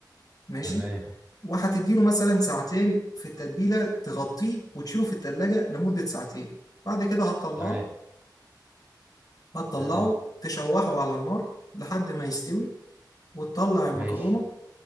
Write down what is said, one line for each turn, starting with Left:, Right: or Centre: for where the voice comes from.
Left: ماشي
Right: تمام
Left: وهتديله مثلا ساعتين في التتبيلة تغطيه وتشيله في التلاجة لمدة ساعتين بعد كده هتطلعه
Right: تمام
Left: هتطلعه
Right: تمام
Left: تشوحه على النار لحد ما يستوي وتطلع المكرونة
Right: ماشي